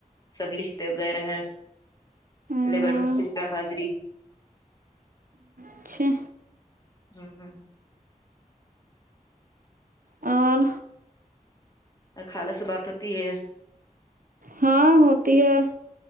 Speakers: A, on the left; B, on the right.
A: سب لکھتے وغیرہ ہے
B: ہاں
A: لیبر مستری کا حاضری
B: اچھا
A: ہوں ہوں
B: اور
A: اور خالہ سے بات ہوتی ہے
B: ہاں ہوتی ہے